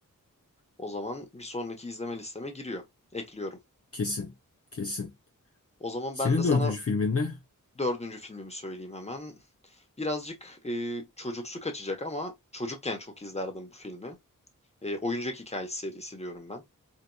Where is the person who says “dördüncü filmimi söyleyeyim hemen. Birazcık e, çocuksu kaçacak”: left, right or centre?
Left